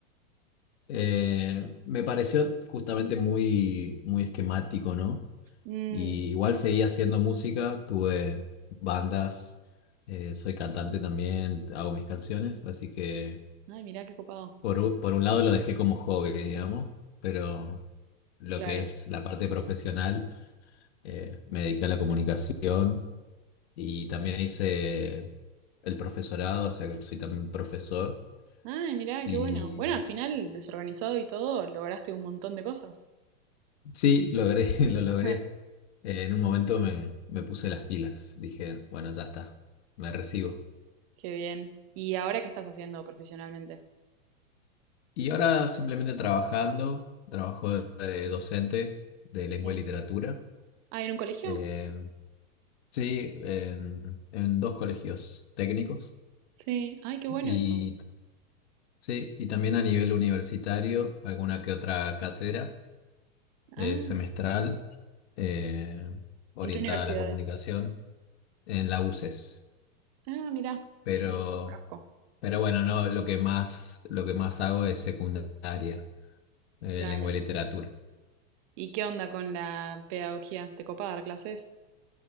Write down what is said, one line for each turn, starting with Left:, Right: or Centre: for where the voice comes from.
Left: Eh, me pareció justamente muy, muy esquemático, ¿no?
Right: Mm,
Left: Y igual seguí haciendo música, tuve bandas, eh, soy cantante también, hago mis canciones, así que
Right: ay, mirá qué copado.
Left: Por, u- por un lado lo dejé como hobby, digamos, pero lo
Right: Claro.
Left: que es la parte profesional, eh, me dediqué a la comunicación y también hice el profesorado, o sea que soy también profesor.
Right: Ay, mirá,
Left: Y
Right: qué bueno. Bueno, al final, desorganizado y todo, lograste un montón de cosas.
Left: sí, logré, <laughs> lo logré.
Right: <laughs>
Left: Eh, en un momento me, me puse las pilas, dije, bueno, ya está, me recibo.
Right: Qué bien. ¿Y ahora qué estás haciendo profesionalmente?
Left: Y ahora simplemente trabajando, trabajo de, de docente de lengua
Right: Sí.
Left: y literatura.
Right: Ah, ¿en un colegio?
Left: eh, Sí, en, en dos colegios técnicos
Right: Sí. Ay, qué bueno
Left: y
Right: eso.
Left: sí, y también a nivel universitario, alguna que otra cátedra eh,
Right: Ah,
Left: semestral eh, orientada
Right: ¿en qué universidades?
Left: a la comunicación en la UCES.
Right: Ah, mira.
Left: Pero,
Right: Sí, conozco.
Left: pero bueno, no, lo que más, lo que más hago es secundaria, eh,
Right: Claro.
Left: lengua y literatura.
Right: ¿Y qué onda con la pedagogía? ¿Te copa dar clases?